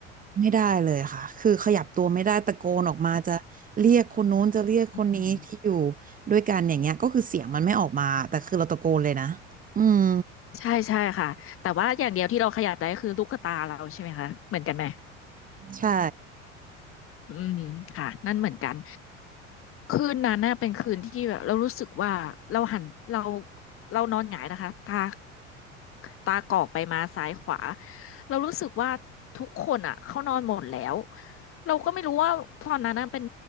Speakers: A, on the right; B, on the left.
A: ไม่ได้เลยค่ะคือขยับตัวไม่ได้ตะโกนออกมาจะเรียกคนนู้นจะเรียกคนนี้ที่อยู่
B: อืม
A: ด้วยกันอย่างเงี้ยก็คือเสียงมันไม่ออกมาแต่คือเราตะโกนเลยนะอืม
B: ใช่ใช่ค่ะแต่ว่าอย่างเดียวที่เราขยับได้คือลูกตาเราใช่ไหมคะเหมือนกันไหม
A: ใช่
B: อืมค่ะนั่นเหมือนกันคืนนั้นน่ะเป็นคืนที่แบบเรารู้สึกว่าเราหันเราเรานอนหงายนะคะตาตากอกไปมาซ้ายขวาเรารู้สึกว่าทุกคนอ่ะเขานอนหมดแล้วเราก็ไม่รู้ว่าตอนนั้นน่ะเป็น